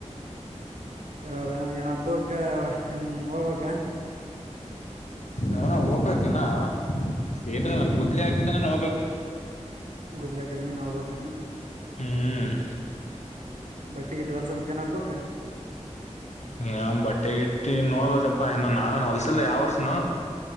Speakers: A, on the right (about 85°); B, on the left (about 70°).
A: ಹೌದಣ್ ಏನ್ ಹಬ್ಬಕ್ಕ ಹ್ಮ ಹೋಬೆಕ
B: ಹಾ ಹೂಬೇಕೆನ ಸಿದಾ ಗುದ್ಲಿ ಹಾಕಿದ ದಿನನ ಹೋಗ್ಬೇಕ
A: ಗುದ್ಲಿ ಹಾಕಿ ದಿನನ ಹೋಗ್ಬೇಕನಾ
B: ಹ್ಮ್
A: ಬಟ್ಟಿ ಗಿಟ್ಟಿ ಹೋಲ್ಸ ಬೇಕನ್ ಹಬ್ಬುಕ್ಕ
B: ಯ ಬಟ್ಟೆಗಿಟ್ಟಿ ನೋಡ್ಬೇಕಪ್ಪಾ ಏನ ನಾವೇನು ಹೊಲ್ಸಿಲ್ಲ ಯಾವ್ ವರ್ಷನು